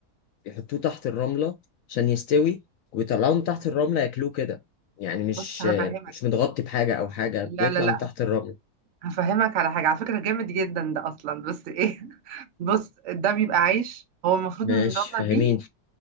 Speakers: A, on the left; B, on the right.
A: بيحطوه تحت الرملة عشان يستوي ويطلعوه من تحت الرملة ياكلوه كده يعني مش
B: بص هفهمك
A: مش متغطي بحاجة أو حاجة
B: لا
A: بيطلع
B: لا لا
A: من تحت الرملة
B: هفهمك على حاجه على فكره جامد جدا ده اصلا بس ايه <laughs> بص ده بيبقى عيش هو المفروض
A: ماشي
B: ان الرمله
A: فاهمين
B: دي